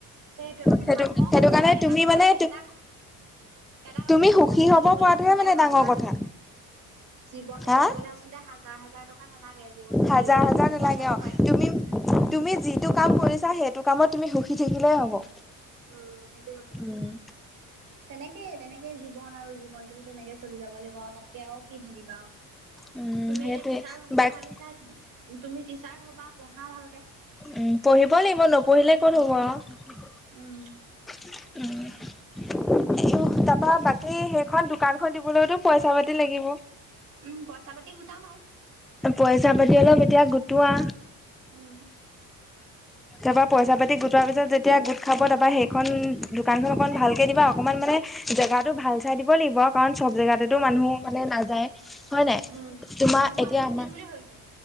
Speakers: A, on the right; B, in the centre.
A: সেইটোয়ে কথাটো
B: সেইটো
A: মানুহক
B: সেইটো
A: আচলতে
B: কাৰণে
A: এটা
B: তুমি
A: কথা
B: মানে
A: এটা এটা কথা
B: তুমি
A: জীৱনটো
B: সুখী হব
A: চলিবলৈ
B: পৰাটোহে
A: আচলতে
B: মানে
A: হাজাৰ
B: ডাঙৰ কথা
A: জীৱনটো
B: হা
A: চলিবলৈ আচলতে হাজাৰ হাজাৰ টকা নালাগে। জীৱনটো
B: হাজাৰ
A: চলিবলৈ
B: হাজাৰ
A: কম
B: নালাগে
A: পইচাটো
B: অ'
A: পাৰি
B: তুমি তুমি যিটো কাম কৰিছা সেইটো কামত তুমি সুখী থাকিলে হ'ব।
A: উম, সেইটোৱে কথাটো।
B: উম
A: তেনেক সেয়ে তেনেকে জীৱন আৰু জীৱনটোতো তেনেকে চলি যাব লাগিব আৰু তাতকে আৰু কি ভাবিবা।
B: উম
A: তুমি
B: সেইটোৱে
A: এতিয়া টিচাৰ হ'ম বুলি
B: বাকী
A: ভাবিছা <unintelligible> তুমি টিচাৰ হ'বা পঢ়া ভালকে।
B: উম পঢ়িব লাগিব <unintelligible>
A: উম।
B: উম। <unintelligible> তাৰপৰা বাকী সেইখন দোকানখন দিবলৈতো পইচা পাতি লাগিব।
A: উম, পইচা পাতি গোটাম আৰু।
B: পইচা পাতি অলপ এতিয়া গোটোৱা।
A: উম।
B: তাৰ পৰা পইচা পাতি গোটোৱাৰ পিছত যেতিয়া গোট খাব তাৰপৰা সেইখন দোকানখন অকন ভালকে দিবা অকনমান মানে জেগাতো ভাল চাই দিব লাগিব কাৰণ চব জেগাতেতো মানুহ মানে নাযায়। হয় নাই,
A: উম,
B: তোমাৰ
A: মই গুৱাহাটীত
B: এতিয়া আমাৰ
A: দিম বুলি ভাবিছো।